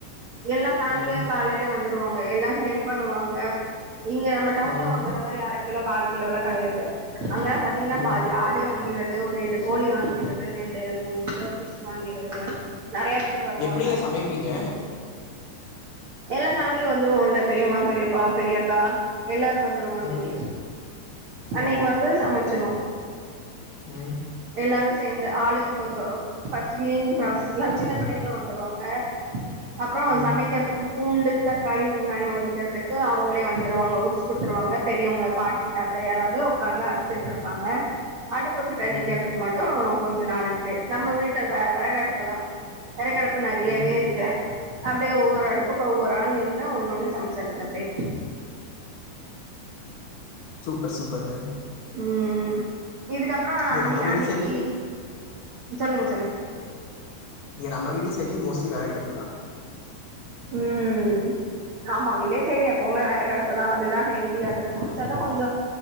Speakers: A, on the right; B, on the left.
A: எல்லா ஃபமிலியா
B: ம்,
A: காலைலே வந்துருவாங்க எல்லா ஹெல்ப் பண்ணுவாங்க இங்க நம்ம டவுன்ல
B: ம்,
A: வாங்கனமாரி அரக்கிலோ கால் கிலோலா கடையாது அங்க பாத்தீங்னா
B: ம்.
A: பாதி ஆ டே வாங்கிறது ஒரு ரெண்டு கோழி வாங்கிறது ரெண்டு மூணு கிலோ ஃபிஷ் வாங்கிறது நறையா பேர் வருவாங்க
B: எப்படிங்க சமைப்பீங்க?
A: எல்லா ஃபேமிலியு வந்துருவோல்ல பெரியம்மா பெரியப்பா பெரிய அக்கா எல்லாரு வந்துருவோ அன்னைக்கி
B: ம்.
A: அன்னைக்கி
B: ஓ!
A: வந்து சமச்சிருவோ
B: ம்
A: எல்லாரு சேந்து ஆளுக்கு கொஞ்சோ அ ஃபர்ஸ்ட் க்ளீனிங் ப்ராசஸ்ல்லா சின்ன பிள்ளைங்களு வந்துருவாங்க அப்றோ
B: ம்.
A: சமைக்கிறதுக்கு பூண்டு தக்காளி வெங்காயோ உரிக்கிறதுக்கு அவுங்களே வந்துருவாங்க உரிச்சு குட்த்துருவாங்க பெரியவங்க பாட்டி தாத்தா யாராவது உக்காந்து அற்த்துட்டு இருப்பாங்க அடுப்பு கிட்ட
B: ம்
A: நிக்கற்துக்கு மட்டு கொஞ்சோ நாலஞ்சு பேரு நம்ம வீட்ட வ வெறகு அடுப்பு தா வெறகடுப்பு நறையவே
B: ம்
A: இருக்கு அப்டியே ஒவ்வொரு அடுப்பு க்கு ஒவ்வொரு ஆள் நின்னு ஒன்னொண்ணு சமைச்சிர்றது அப்டியே
B: சூப்பர் சூப்பர்ங்க
A: ம் ம் இதுக்கப்றோ
B: இங்க
A: அன்னி
B: நம்ம வீட்டு
A: அன்னிக்கி
B: சைட்லயும்
A: சொல்லுங்க சொல்லுங்க
B: இங்க நம்ம வீட்டு சைட்லயு மோஸ்ட்லி வெறகடுப்பு தா
A: ம் ஆமா வில்லேஜ் சைடு எப்பவுமே வெறகு அடுப்புதா அதுதா ஹெல்தி அதுல சமைச்சாதா கொஞ்சோ